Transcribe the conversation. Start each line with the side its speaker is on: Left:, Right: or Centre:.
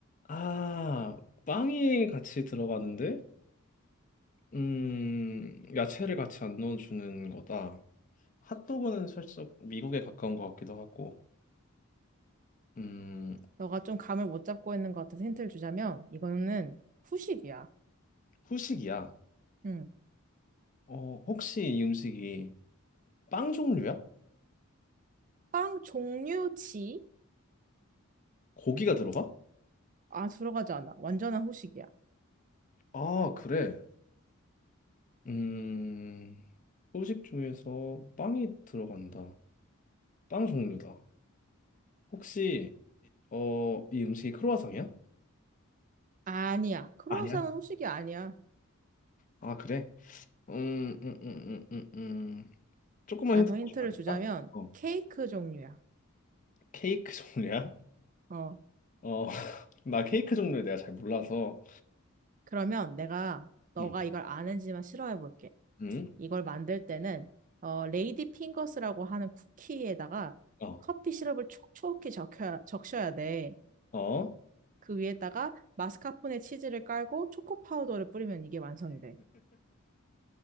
Left: 아, 빵이 같이 들어갔는데, 음, 야채를 같이 안 넣어주는 거다. 핫도그는 살짝 미국에 가까운 것 같기도 하고, 음,
Right: 너가 좀 감을 못 잡고 있는 것 같아서 힌트를 주자면 이거는 후식이야.
Left: 후식이야.
Right: 응.
Left: 어, 혹시 이 음식이 빵 종류야?
Right: 빵 종류치?
Left: 고기가 들어가?
Right: 아, 들어가지 않아. 완전한 후식이야.
Left: 아, 그래. 음, 후식 중에서 빵이 들어간다. 빵 종류다. 혹시, 어, 이 음식이 크로와상이야?
Right: 아니야. 크루아상은
Left: 아니야.
Right: 후식이 아니야.
Left: 아, 그래? 음, 음, 음, 음, 음, 음. 조금만
Right: 야,
Left: 힌트
Right: 더 힌트를
Left: 더 주면 안 될까?
Right: 주자면
Left: 어,
Right: 케이크 종류야.
Left: 케이크 종류야?
Right: 어.
Left: 어, <laughs> 나 케이크 종류에 내가 잘 몰라서.
Right: 그러면 내가 너가
Left: 음,
Right: 이걸 아는지만 싫어해 볼게.
Left: 음,
Right: 이걸 만들 때는 어, 레이디 핑거스라고 하는 쿠키에다가
Left: 어,
Right: 커피 시럽을 촉촉히 적혀야, 적셔야 돼.
Left: 어.
Right: 그 위에다가 마스카포네 치즈를 깔고 초코 파우더를 뿌리면 이게 완성이 돼.